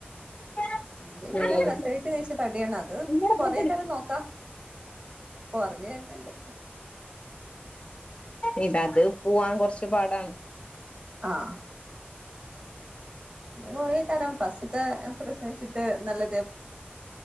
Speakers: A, on the left; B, on the right.
A: ആഹ്
B: എന്റെ
A: ഉം
B: പിന്നെ പ്രസവിച്ചതിന് ശേഷം തടിയാണ് അത്
A: ഉം
B: കൊറെയ്ക്കാനും നോക്കാം കൊറഞ്ഞ് കേട്ടിട്ടൊണ്ട്
A: ഇത് അത് പോവാൻ കൊറച്ചു പാടാണ്
B: ആഹ് കൊറേ കാലം ഫസ്റ്റ്ത്തെ പ്രസവിച്ചിട്ട് നല്ല